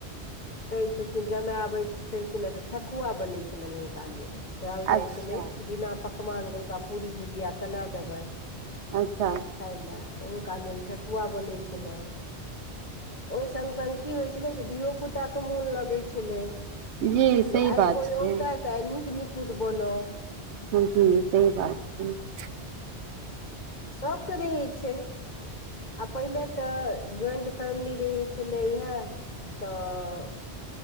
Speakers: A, on the left; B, on the right.
A: कहै छलखिन जमाय आबैत छलखिन हे तऽ ठकुआ बनै छलनि हुनका लेल कहयल
B: अच्छा
A: जाइ छलै बिना पकवानके हुनका पूरी भुजिया केना देबै
B: अच्छा
A: खाई लए तऽ हुनका लेल ठकुआ बनैत छलनि ओहि सग सग की होइ छलै तऽ धियोपुताके मोन लगै छलै
B: जी सही
A: जे आई
B: बात
A: कोई
B: छै
A: औताे तऽ आई झझ नीक नीपुत बनत
B: जी जी सही बात छै <unintelligible>
A: सबके रहै छै आ पहिल तऽ जॉइंट फैमिली रहै छलै हे तऽ